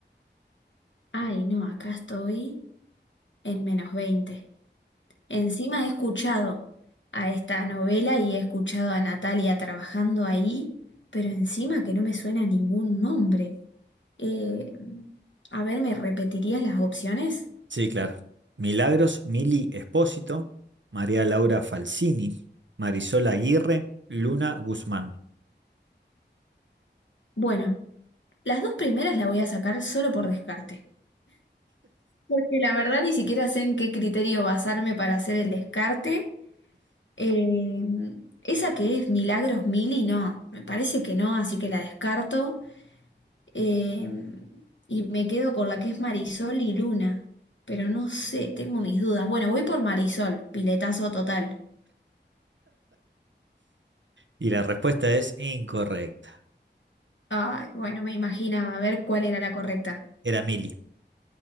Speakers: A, on the left (about 80°); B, on the right (about 80°).
A: Ay, no, acá estoy en menos 20. Encima he escuchado a esta novela y he escuchado a Natalia trabajando ahí, pero encima que no me suena ningún nombre. Eh, a ver, ¿me repetirías las opciones?
B: Sí, claro. Milagros Mili Espósito, María Laura Falsini, Marisol Aguirre, Luna Guzmán.
A: Bueno, las dos primeras las voy a sacar solo por descarte, porque la verdad ni siquiera sé en qué criterio basarme para hacer el descarte. Eh, esa que es Milagros Mili, no, me parece que no, así que la descarto. Em, y me quedo con la que es Marisol y Luna. Pero no sé, tengo mis dudas. Bueno, voy por Marisol, piletazo total.
B: Y la respuesta es incorrecta.
A: Ay, bueno, me imaginaba a ver cuál era la correcta.
B: Era Mili.